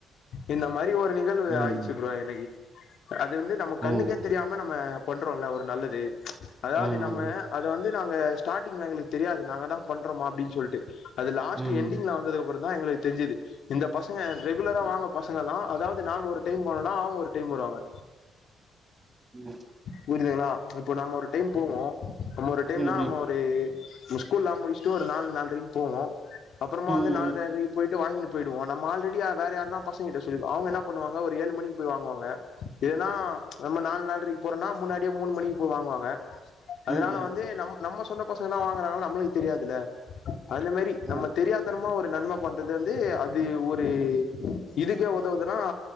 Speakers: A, on the left; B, on the right.
A: இனம் மரி ஒரு நிகழ்வு
B: ம்
A: ஆயிச்சு ப்ரோ இனக்கு அது வந்து நம்ம கண்ணுக்கே
B: ஓ
A: தெரியாம நம்ம பண்ணுறோல ஒரு நல்லது அதாவது
B: ஆமா
A: நம்ம
B: ப்ரோ
A: அத வந்து நாங்க ஸ்டாட்டிங்ல எங்களுக்கு தெரியாது நாங்க தான் பண்றோமா அப்பின்னு சொல் அது லாஸ்ட்
B: ம்
A: என்டிங்ல வந்ததுக்கப்புறம் தான் எங்களுக்கு தெஞ்சுது இந்த பசங்க ரெகுலரா வாங்க பசங்கலாம் அதாவது நாங்க ஒரு டைம் போனனா அவங்க ஒரு டைம் வருவாங்க
B: ம்
A: புரிதுங்களா இப்போ நம்ம ஒரு டைம் போவோம நம்ம ஒரு டைம்னா
B: ம்
A: நம்ம ஒரு ஸ்கூலாம் முடிச்சு ப்ப ஒரு நாலு நாலரைக்கு போவோம் அப்புறமா
B: ம் ம்
A: வந்து நாலுரைக்கு போயிட்டு வாங்கட்டு போயிடுவோம் நம்ம ஆல்ரெடி வேற யாரு பசங்க சொல்லிடுவோ அவங்க என்ன பண்ணுவாங்க ஒரு ஏழு மணிக்கு போய் வாங்குவாங்க இல்லனா நம்ம நாலு நாலரைக்கு போறோம்னா முன்னாடியே முணு மணிக்கு போய் வாங்குவாங்க அதனால
B: ம் ம் ம்
A: வந்து நம் நம்ம சொன்னச தான் வாங்கறா நமள அந்த மாதிரி
B: ஓ!
A: நம்ம தெரியாதனமா ஒரு நன்ம பண்றது வந்து அது ஒரு இதுக்கே உதவுதுனா